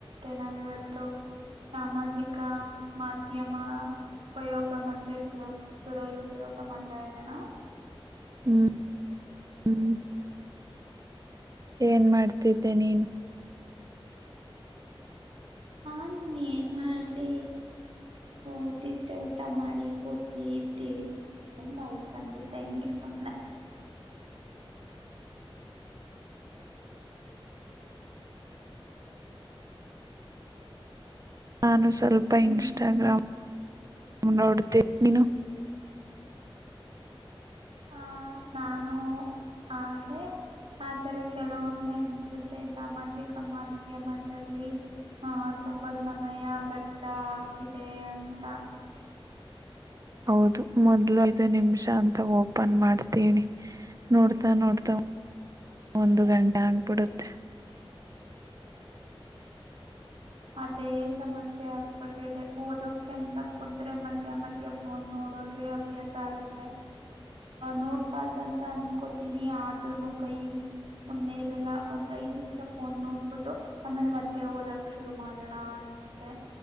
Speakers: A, on the right; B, on the right.
A: ನ ವಿವತ್ತು ಸಾಮಾಜಿಕ ಮಾಧ್ಯಮ ಉಪಯೋಗ ಮತ್ತೆ ದುರ ದುರಪಯೋಗ ಮಾತಾ ಇಡೋಣ
B: ಹ್ಮ್ ಹ್ಮ್ ಏನ್ ಮಾಡ್ತಿದ್ದೆ ನೀನು
A: ಹಾ ನಿನ ಏನ ಮಾಡ್ಲಿ ಕೂತಿದ್ದೆ ಉಟ್ಟ ಊಟ ಮಾಡಿ ಕೂತ ಇದ್ದೇ ಮಲ್ಕಂಡತ್ತು ಹೆಂಗೆ ಸುಮ್ನೆ
B: ನಾನು ಸ್ವಲ್ಪ
A: ಹ್ಮ್
B: ಇನ್ಸ್ಟಾಗ್ರಾಮ್ ನೋಡ ತಿ ನೀನು
A: ಆ ನಾನು ಹಾಗೆ ಆದರೆ ಕೆಲವೊಮ್ಮೆ ಅನ್ಸುತ್ತೆ ಸಾಮಾಜಿಕ ಮಾಧ್ಯ ಮಾಧ್ಯ್ಯಮದಲ್ಲಿ ಹಹ ತುಂಬಾ ಸಮಯ ವ್ಯರ್ಥ ಆಗ್ತಿದೆ ಅಂತ
B: ಹೌದು ಮೊದ್ಲು ಐದು ನಿಮಿಷ ಅಂತ ಓಪನ್ ಮಾಡ್ತೀನಿ ನೋಡ್ತಾ ನೋಡ್ತಾ
A: ಹ
B: ಒಂದು ಗಂಟೆ ಆಗ್ಬಿಡುತ್ತೆ
A: ಅದೇ ಸಮಸ್ಯೆ ಆಗ್ಬಿಟ್ಟಿದೆ ಓದೋಕಂತ ಕು ಮಧ್ಯ ಮದ್ಯ ಫೋನ ನೋಡೋದು ಅಭ್ಯಾಸ ಆಗಿದೆ ನೋಡ್ಬಾರ್ದ ಅಂತ ಅನ್ಕೋತೀನಿ ಆದ್ರೂನು ಕೈ ಸುಮ್ನೆ ಇರಲ್ಲ ಒಂದ್ ಐದ ನಿಮಿಷ ಫೋನ್ ನೋಡ್ಬಿಟ್ಟು ಆಮೇಲೆ ಮತ್ತೆ ಓದಕ್ ಶುರು ಮಾಡೋಣ ಅನ್ಸುತ್ತೆ